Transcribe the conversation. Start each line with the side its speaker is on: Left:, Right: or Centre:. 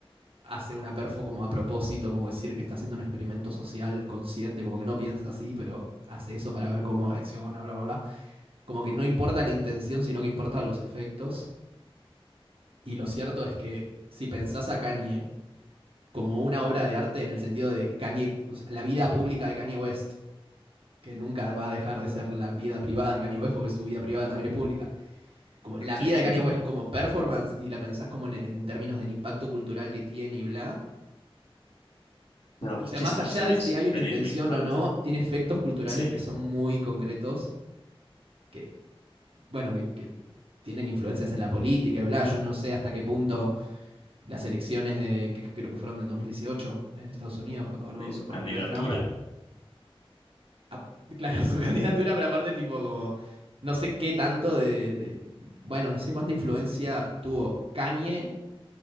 Right: hace una perfo como a propósito, como decir que está haciendo un experimento social consciente, como que no piensa así, pero hace eso para ver cómo reacciona, bla, bla, bla. Como que no importa la intención, sino que importan los efectos. Y lo cierto es que si pensás a Kanye como una obra de arte en el sentido de Kanye, o sea, la vida pública de Kanye West que nunca va a dejar de ser la vida privada de Kanye West, porque su vida privada también es pública. Como la
Left: Sí.
Right: vida de Kanye West como performance, y la pensás como en, en términos del impacto cultural que tiene y bla.
Left: Pero
Right: O
Left: muchísimos
Right: sea, más allá
Left: años
Right: de si hay una
Left: teniendo
Right: intención
Left: impacto,
Right: o no, tiene efectos culturales
Left: sí,
Right: que son muy concretos, que, bueno, que, que tienen influencias en la política y bla. Yo no sé hasta qué punto las elecciones de, que creo que fueron de 2018 en Estados Unidos, cuando ganó
Left: sí, su candidatura,
Right: por primera vez Trump, a- claro, su <laughs> candidatura, pero aparte, tipo, como, no sé qué tanto de, de- bueno, no sé cuánta influencia tuvo Kanye